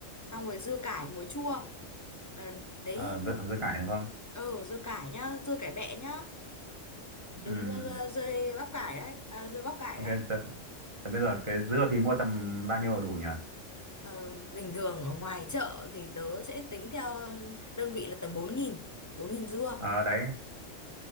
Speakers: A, on the left; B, on the right.
A: xong rồi dưa cải muối chua Ờ, thấy
B: Ờ, dưa dưa cải đúng không?
A: ừ dưa cải nhá dưa cải bẹ nhá đừng
B: Ừ,
A: mua ra dưa bắp cải đấy à, dưa bắp cải
B: ok.
A: đấy
B: Tớ, tớ bây giờ cái dưa thì mua tầm bao nhiêu là đủ nhỉ?
A: Ờ, bình thường ở ngoài chợ thì tớ sẽ tính theo đơn vị là tầm 4.000, 4.000 dưa
B: Ờ đấy